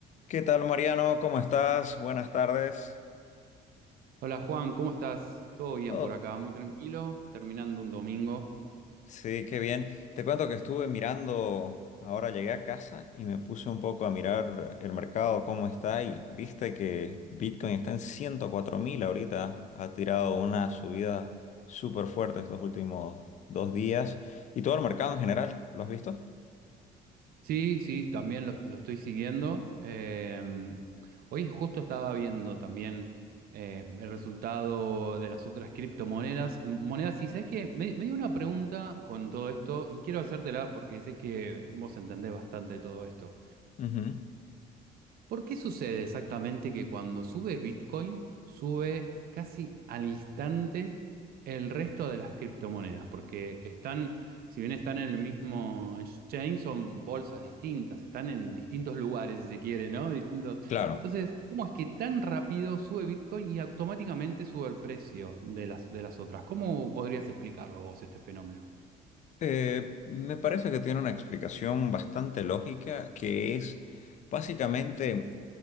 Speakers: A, on the left; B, on the right.
A: ¿Qué tal, Mariano? ¿Cómo estás? Buenas tardes.
B: Hola Juan, ¿cómo estás? Todo bien
A: Todo.
B: por acá, muy tranquilo, terminando un domingo.
A: Sí, qué bien. Te cuento que estuve mirando, ahora llegué a casa y me puse un poco a mirar el mercado, cómo está, y viste que Bitcoin está en ciento cuatro mil ahorita. Ha tirado una subida súper fuerte estos últimos dos días. Y todo el mercado en general, ¿lo has visto?
B: Sí, sí, también lo, lo estoy siguiendo. Eh, hoy justo estaba viendo también eh, el resultado de las otras criptomonedas. Eh, Monedas, y sabes que me, me dio una pregunta con todo esto y quiero hacértela porque sé que vos entendés bastante de todo esto.
A: Ujú.
B: ¿Por qué sucede exactamente que cuando sube Bitcoin, sube casi al instante el resto de las criptomonedas? Porque están, si bien están en el mismo exchange, son bolsas distintas, están en distintos lugares, si se quiere, ¿no? Distintos.
A: Claro.
B: Entonces, ¿cómo es que tan rápido sube Bitcoin y automáticamente sube el precio de las, de las otras? ¿Cómo podrías explicarlo vos, este fenómeno?
A: Eh, me parece que tiene una explicación bastante lógica, que es básicamente